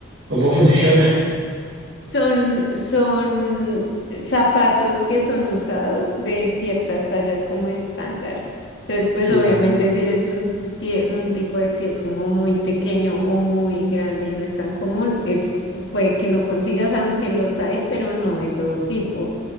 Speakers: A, on the right (about 60°); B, on the left (about 60°).
A: cómo <laughs> funciona?
B: Son, son zapatos que son usados de ciertas tallas como estándar. Entonces,
A: Sí.
B: pues obviamente si eres un, tie- un tipo de pie como muy pequeño o muy grande y no es tan común, es, puede que no consigas, aunque los hay, pero no de todo tipo.